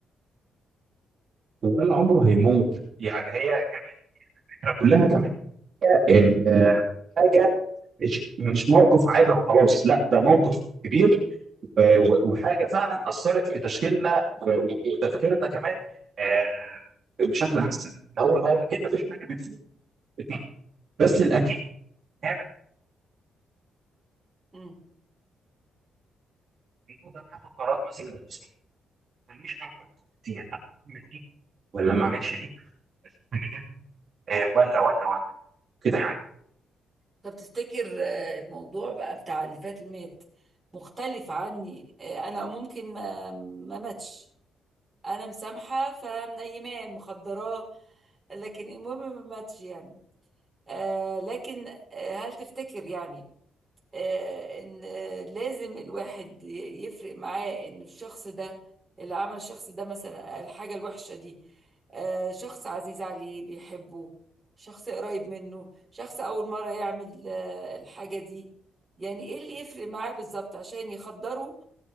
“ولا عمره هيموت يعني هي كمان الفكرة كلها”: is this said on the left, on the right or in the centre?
Right